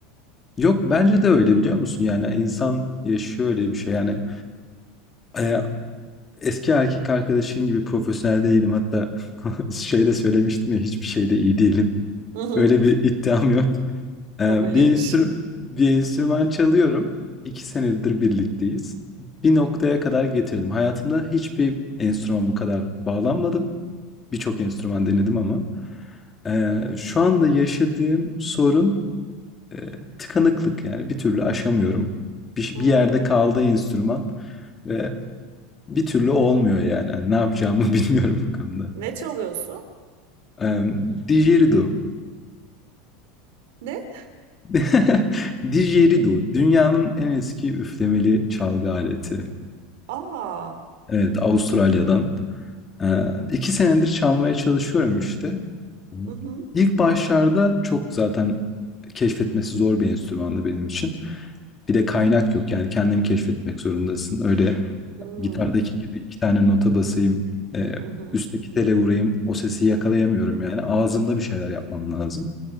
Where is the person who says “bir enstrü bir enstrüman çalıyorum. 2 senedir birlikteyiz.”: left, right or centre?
Left